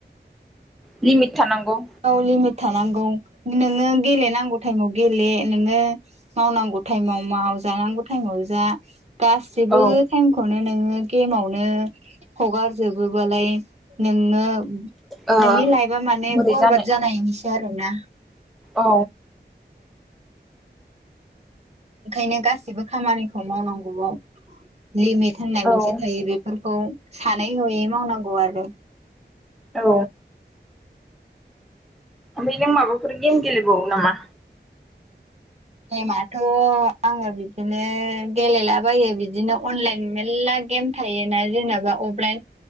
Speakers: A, in the centre; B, on the right (about 35°).
A: लिमिट थानांगौ।
B: गाव लिमिट थानांगौ नोङो गेलेनांगौ टाइमाव गेले नोङो मावनांगौ टाइमाव माव जानांगौ टाइमआव जा गासिबो
A: औ
B: टाइमखौनो नों गेमावनो हगार जोबोबालाय नोंनो
A: ओ
B: नोंनि लाइफा माने
A: बोरै
B: बर
A: जानो
B: बाजद जानायनिसो आरो ना।
A: औ
B: ओंखायनो गासिबो खामानिखौ मावनांगौआव लिमिट होननाय
A: औ
B: मोनसे थायो बेफोर खौ सानै होयै मावनांगौ आरो।
A: औ। ओमफाय नों माबाफोर गेम गेलबावो नामा?
B: गेमाथ' आङो बिदिनो गेलेलाबायो बिदिनो अनलाइन मेरला गेम थायोना जेनेबा अफलाइन